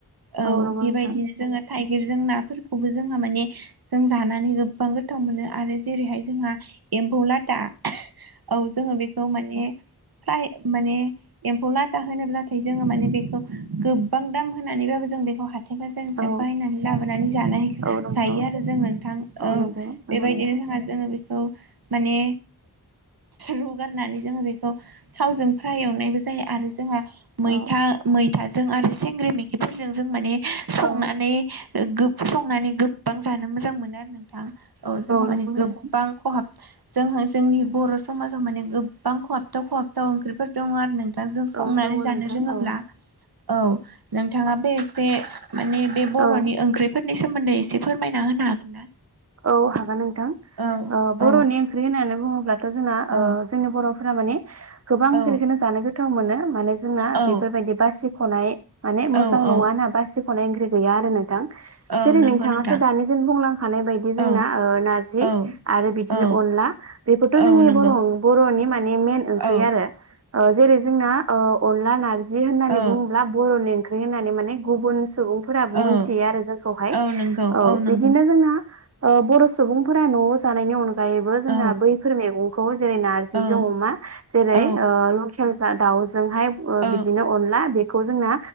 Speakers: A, on the right; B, on the right.
A: औ
B: नंगौ
A: बेबायदिनो
B: नोंथां
A: जोङो थाइ गिरजों नाफोरखौबो जोंहा माने जों जानानै गोबां गोथाव मोनो आरो जेरैहाय जोंहा एम्फौ लाथा औ जोङो बेखौ माने फ्राय माने एम्फौ लाथा होनोब्लाथाय जोङो माने बेखौ गोबां दाम होनानैबाबो जों बेखौ हा थाइ बाजारनिफ्राय
B: औ
A: बायनानै लाबोनानै जानाय
B: औ नंगौ
A: जायो आरो जों नोंथां औ
B: नंगौ नंगौ
A: बेबायदिनो
B: नोंथां
A: जोंहा जोङो बेखौ माने रुगारनानै जोङो बेखौ थावजों फ्राय एवनायबो जायो आरो जोंहा मैथा
B: औ
A: मै थाजों आरो सिंग्रि मैखिफोरजों जों माने संनानै
B: औ
A: गो संनानै गोबां जानो मोजां मोनो आरो नोंथां औ जोंहा
B: नंगौ
A: माने
B: नोंथां
A: गोबां खहाब- जोंहा जोंनि बर' समाजाव माने गोबां खहाबथाव खहाबथाव ओंख्रिफोर दङ' आरो नों थां दा जों संनानै
B: औ दङ
A: जानो
B: नोंथां
A: रोङोब्ला
B: औ
A: औ नोंथाङा बे एसे माने बे बर'नि
B: औ
A: ओंख्रिफोरनि सोमोन्दै एसे फोरमायना होनो हागोन ना?
B: औ हागोन नोंथां
A: औ
B: ओ बर'नि
A: औ
B: ओंख्रि होननानै बुङोब्लाथ' जोंना
A: औ
B: ओ जोंनि बर' फोरा माने गोबां
A: औ
B: ख्रिखोनो जानो गोथाव मोनो माने जोंना
A: औ
B: बेफोरबायदि बासिख'नाय माने मोजां
A: औ औ
B: नङा ना बा सिख'नाय ओंख्रि गैया आरो नोंथां।
A: औ
B: जेरै
A: नंगौ
B: नोंथाङासो
A: नोंथां
B: दानिजों बुंलांखानाय बाय दि जोंना
A: औ
B: ओ नारजि
A: औ
B: आरो बिदिनो
A: औ
B: अनला बेफोरथ'
A: औ
B: जोंनि
A: नंगौ
B: बर बरनि माने मेन ओंख्रि
A: औ
B: आरो ओ जेरै जोंना ओ अनला नारजि जि होननानै
A: ओ
B: बुङोब्ला बर'नि ओंख्रि होननानै माने गुबुन सुबुंफोराबो
A: औ
B: मिथियो आरो जोंखौहाय।
A: औ नंगौ
B: औ बिदिनो
A: नंगौ
B: जोंना ओ बर' सुबुंफोरा न'आव जानायनि अनगायैबो जोंना
A: औ
B: बैफोर मैगंखौ जेरै नारजिजों
A: औ
B: अमा जेरै
A: औ
B: ओ लखेल जा दाउ जोंहाय
A: औ
B: बिदिनो अनला, बेखौ जोंना